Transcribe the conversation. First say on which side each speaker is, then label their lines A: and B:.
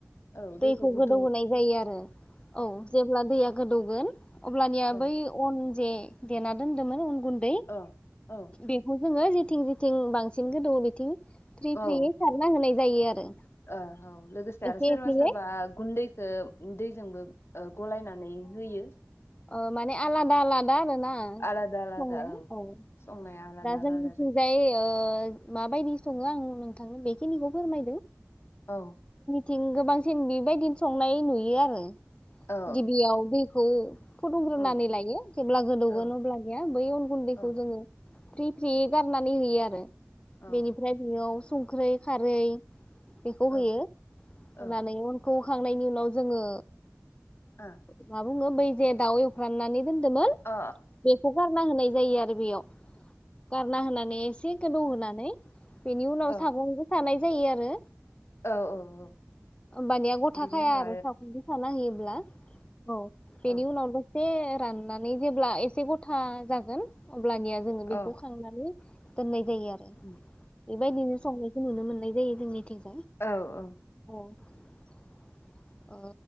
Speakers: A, on the left (about 50°); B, on the left (about 20°).
A: औ
B: दैखौ
A: गुदुं
B: गोदौ होनाय जायो आरो औ जेब्ला दैया गोदौगोन। अब्लानिया
A: औ
B: बै अन जे देना दोनदोमोन <unintelligible> गुन्दै
A: औ औ
B: बिहु जोङो जेथिं जेथिं बांसिन गोदौवो बिथिं फ्रि फ्रियै
A: औ
B: सारना होनाय जायो आरो
A: ओ औ लोगोसे आरो
B: एसे
A: सोरबा
B: एसेयै
A: सोरबा गुन्दैखो दैजोंबो ओ गलायनानै होयो
B: अ माने आलादा आला दा आरोना
A: आलादा आलादा
B: संनाया औ
A: संनाया आलादा
B: दा
A: आलादा
B: जोंनिथिंजाय
A: जायो
B: ओ माबायदि सङो आं नोंथांनो बेखिनिखौ फोरमायदों।
A: औ
B: थिं गोबांसिन बेबायदिनो संनाय नुयो आरो
A: औ
B: गिबियाव दैखौ फुदुंग्रोनानै
A: औ
B: लायो जेब्ला गोदौगोन
A: औ
B: अब्लानिया बै अन गुन्दैखौ
A: औ
B: जोङो फ्रि फ्रियै गारनानै होयो आरो
A: औ
B: बेनिफ्राय बेयाव संख्रै खारै बेखौ
A: औ
B: होयो होनानै
A: ओ
B: <unintelligible> खौ होखांनायनि उनाव जोङो
A: ओ
B: मा बुङो बै जे दाउ एवफ्राननानै <unintelligible>
A: अ औ
B: गारना होनाय जायो आरो बेयाव गारना होना <unintelligible> <unintelligible> होनानै बेनि उनाव
A: औ
B: सागंदो सानाय जायो आरो
A: औ औ औ
B: ओमबानिया गथाखाया
A: बिनि उनाव
B: आरो सागंदो साना होयोब्ला औ बेनि
A: औ
B: उनाव <unintelligible> एसे राननानै जेब्ला एसे गथा जागोन अब्लानिया जोङो बेखौ
A: औ
B: खांनानै दोननाय जायो आरो
A: उम
B: बेबायदिनो संनाय नुनो मोननाय जायो जोंनिथिं।
A: औ-औ।
B: अ ओ